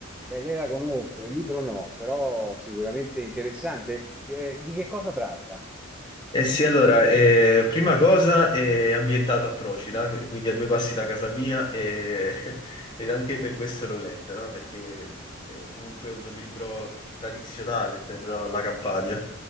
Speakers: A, in the centre; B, on the left.
A: Beh, lei la conosco, il libro no, però sicuramente interessante. Eh, di che cosa tratta?
B: Eh sì, allora, eh, prima cosa è ambientato a Procida, qu- quindi a due passi da casa mia e- <laughs> ed anche per questo l'ho letta, no? Perché è comunque è un libro tradizionale per la Campania